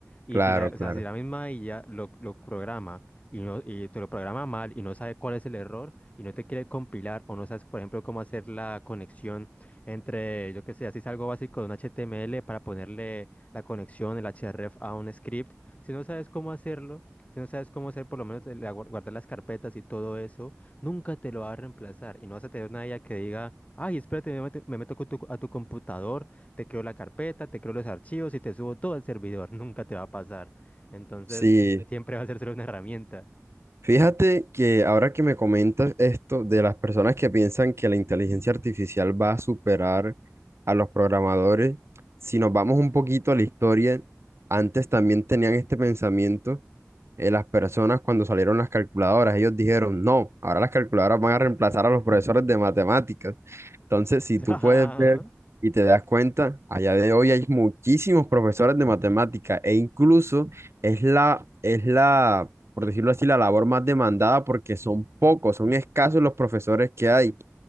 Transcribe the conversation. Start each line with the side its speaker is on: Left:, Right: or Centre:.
Left: Y
Right: claro,
Left: si la, o
Right: claro.
Left: sea, si la misma IA lo, lo programa y, no, y te lo programa mal y no sabe cuál es el error y no te quiere compilar o no sabes, por ejemplo, cómo hacer la conexión entre, yo qué sé, así es algo básico de un HTML para ponerle la conexión, el href a un script, si no sabes cómo hacerlo, si no sabes cómo hacer por lo menos la- guar- guardar las carpetas y todo eso, nunca te lo va a reemplazar y no vas a tener una IA que diga, ay, espérate, me meto, me meto con tu- a tu computador te creo la carpeta, te creo los archivos y te subo todo al servidor. <laughs> Nunca te va a pasar. Entonces,
Right: Sí,
Left: siempre va a ser solo una herramienta.
Right: Fíjate que ahora que me comentas esto de las personas que piensan que la inteligencia artificial va a superar a los programadores, si nos vamos un poquito a la historia, antes también tenían este pensamiento eh, las personas cuando salieron las calculadoras. Ellos dijeron, no, ahora las calculadoras van a reemplazar a los profesores de matemáticas. Entonces, si
Left: <laughs>
Right: tú
Left: Ajá.
Right: puedes ver y te das cuenta, allá de hoy hay muchísimos profesores de matemática e incluso es la, es la por decirlo así, la labor más demandada porque son pocos, son escasos los profesores que hay,